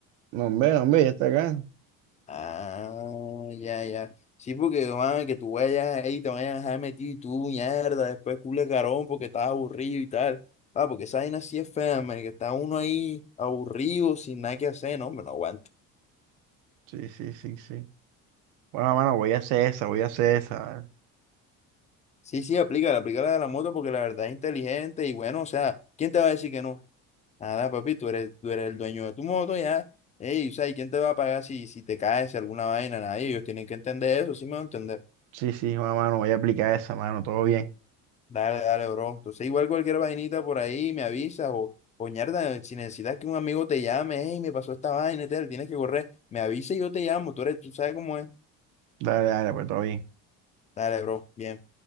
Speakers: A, on the right; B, on the left.
A: No, hombre, no, hombre, ya está acá.
B: Ah, ya, ya. Sí, porque, man, que tú vayas ahí, te vayas a dejar metido y tú, mierda, después cule carón porque estás aburrido y tal. Ah, porque esa vaina sí es fea, man, que está uno ahí aburrido, sin nada que hacer, no, me no aguanta.
A: Sí, sí, sí, sí. Bueno, mano, voy a hacer esa, voy a hacer esa. ¿vale?
B: Sí, sí, aplícala, aplícala de la moto porque la verdad es inteligente y bueno, o sea, ¿quién te va a decir que no? Nada, papi, tú eres, tú eres el dueño de tu moto ya. Ey, o sea, ¿y quién te va a pagar si, si te caes, si alguna vaina? Nadie, ellos tienen que entender eso, sí me van a entender.
A: Sí, sí, bueno, mano, voy a aplicar esa, mano, todo bien.
B: Dale, dale, bro. Entonces, igual cualquier vainita por ahí me avisas o, o ñerda, si necesitas que un amigo te llame, ey, me pasó esta vaina y tal, tienes que correr, me avisa y yo te llamo, tú eres, tú sabes cómo es.
A: Dale, dale, pues todo bien.
B: Dale, bro, bien.